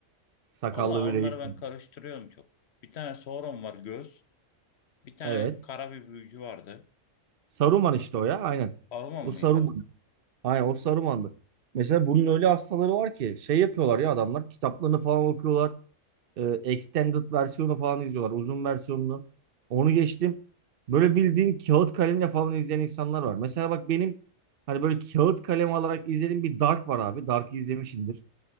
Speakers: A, on the right; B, on the left.
A: Sakallı
B: Vallahi onları
A: bir reis.
B: ben karıştırıyorum çok. Bir tane Sauron var göz. Bir tane
A: Evet.
B: kara bir büyücü vardı.
A: Saruman işte o ya. Aynen.
B: Saruman
A: O
B: mıydı
A: Saruman.
B: o?
A: Aynen o Saruman'dı. Mesela bunun öyle hastaları var ki şey yapıyorlar ya adamlar kitaplarını falan okuyorlar. Ee, extended versiyonu falan izliyorlar. Uzun versiyonunu. Onu geçtim. Böyle bildiğin kağıt kalemle falan izleyen insanlar var. Mesela bak benim hani böyle kağıt kalem alarak izlediğim bir Dark var abi. Dark'ı izlemişsindir.